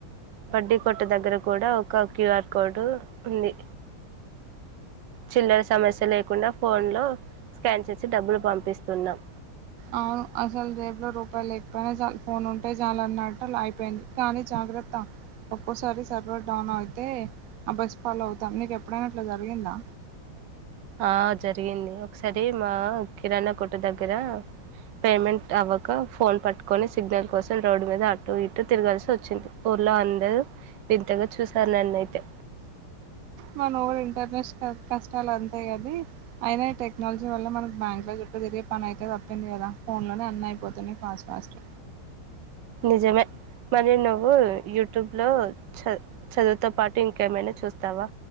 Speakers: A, on the right; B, on the right.
A: బడ్డీ కొట్టు దగ్గర కూడా ఒక క్యూఆర్ కోడ్ ఉంది చిల్లర సమస్య లేకుండా ఫోన్ లో స్కాన్ చేసి డబ్బులు పంపిస్తున్నాం
B: అవును అసలు రేపులో రూపాయలు లేకపోయినా ఫోన్ ఉంటే చాలన్నట్లు అయిపోయింది కానీ జాగ్రత్త ఒక్కోసారి సర్వర్ డౌన్ అయితే ఆ బస్ ఫలో అవుతాం నీక ఎప్పుడైనా అట్లా జరిగిందా
A: ఆ జరిగింది ఒకసారి మా కిరాణా కుట దగ్గర పేమెంట్ అవ్వక ఫోన్ పట్టుకొని సిగ్నల్ కోసం రోడ్డు మీద అటటు ఇటు తిరగాల్సి వచ్చింది ఊర్లో అందరుూ వింతగా చూసారు నన్ను అయితే
B: మన ఇంటర్నేషనల్ కష్టాలు అంత స అది అయినా టెక్నాలజీ వల్ల మనకి బ్యాంక్ లో చుట్టూ తిరిగే పని అయితే తప్పింది కదా ఫోన్ లోనే అన్న అయిపోతున్నాయి ఫాస్ట్ ఫాస్ట్
A: నిజమే మరి నువ్వు యూట్యూబ్లో చ చదువుతో పాటు ఇంకేమైనా చూస్తావా